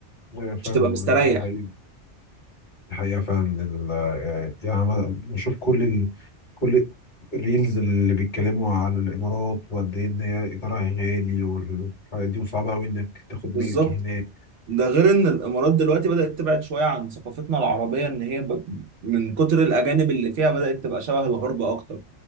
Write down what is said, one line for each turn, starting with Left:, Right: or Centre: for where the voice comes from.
Left: أيوة فاهم
Right: مش تبقى مستريح
Left: الحقيقة الحقيقة فعلا ال- يعني أنا بشوف كل ال... كل الريلز اللي بيتكلموا على الإمارات وقد إيه إن هي إيجارها غالي والحاجات دي وصعبة أوي إنك تاخد
Right: بالظبط
Left: ملك هناك
Right: ده غير ان الامارات دلوقتي بدأت تبعد شوية عن ثقافتنا العربية ان هي ب... من كتر الاجانب اللي فيها بدأت تبقى شبه الغرب اكتر